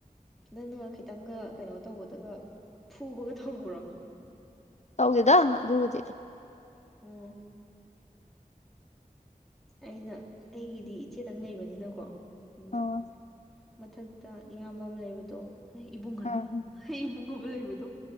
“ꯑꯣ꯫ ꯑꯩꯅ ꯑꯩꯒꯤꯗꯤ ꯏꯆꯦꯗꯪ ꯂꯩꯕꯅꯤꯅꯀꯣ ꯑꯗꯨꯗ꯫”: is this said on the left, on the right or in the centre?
Centre